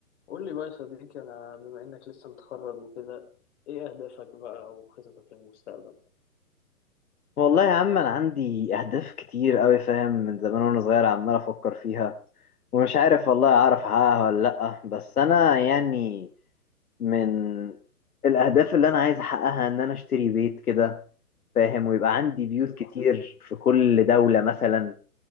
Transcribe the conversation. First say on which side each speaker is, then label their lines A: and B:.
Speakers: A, on the left; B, on the left.
A: قول لي بقى يا صديقي أنا بما إنك لسه متخرج وكده إيه أهدافك بقى وخططك للمستقبل؟
B: والله يا عم انا عندي اهداف كتير قوي فاهم من زمان وانا صغير عمال افكر فيها ومش عارف والله اعرف احققها ولا لا بس انا يعني من الاهداف اللي انا عايز احققها ان انا اشتري بيت كده فاهم ويبقى عندي بيوت
A: حلو
B: كتير في كل دولة مثلا